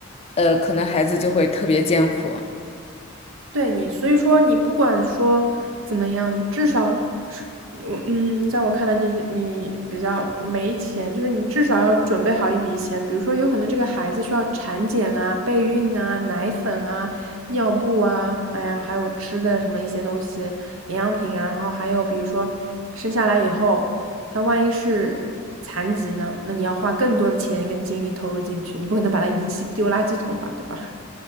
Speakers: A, on the left; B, on the right.
A: 呃，可能孩子就会特别艰苦。
B: 对你，所以说你不管说怎么样，至少是，我嗯，在我看来你，你你比较没钱，就是你至少要准备好一笔钱，比如说有可能这个孩子需要产检啊、备孕啊、奶粉啊、尿布啊，哎呀，还有吃的什么一些东西，营养品啊，然后还有比如说生下来以后，他万一是残疾呢，那你要花更多的钱跟精力投入进去，你不可能把他遗弃丢垃圾桶吧，对吧？<laughs>